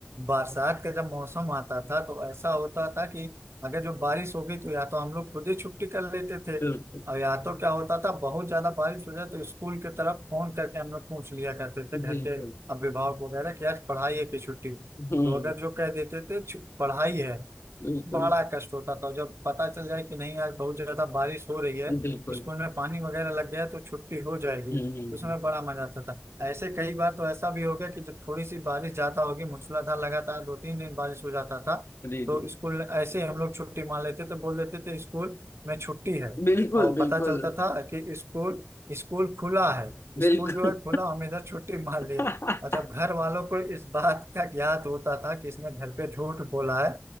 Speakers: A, on the right; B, on the left.
A: बरसात का जब मौसम आता था तो ऐसा होता था कि अगर जो बारिश हो गई तो या तो हम लोग खुद ही छुट्टी कर लेते थे
B: बिल्कुल,
A: और या तो क्या होता था बहुत ज्यादा बारिश हो जाए तो स्कूल की तरफ फोन करके हम लोग पूछ लिया करते थे घर
B: बिल्कुल।
A: के अभिभावक वगैरह कि आज पढ़ाई है कि छुट्टी
B: हुँ,
A: तो अगर जो कह देते थे "छु- पढ़ाई है
B: बिल्कुल,
A: बड़ा कष्ट होता था जब पता चल जाए कि नहीं आज बहुत ज्यादा बारिश हो रही है
B: बिल्कुल।
A: स्कूल में पानी वगैरह लग गया तो छुट्टी हो जाएगी
B: हुँ,
A: उस समय बड़ा मजा आता था ऐसे कई बार तो ऐसा भी हो गया कि जब थोड़ी सी बारिश ज्यादा होगी मूसलाधार लगातार दो तीन दिन बारिश हो जाता था
B: बिल्कुल।
A: तो स्कूल ऐसे ही हम लोग छुट्टी मान लेते थे बोल देते थे स्कूल में छुट्टी है
B: बिल्कुल,
A: और
B: बिल्कुल,
A: पता चलता था कि स्कूल स्कूल खुला है
B: बिल्कुल।
A: स्कूल जो है खुला हम इधर छुट्टी मान लिए
B: <laughs>
A: और जब घर वालों को इस बात का ज्ञात होता था कि इसने घर पे झूठ बोला है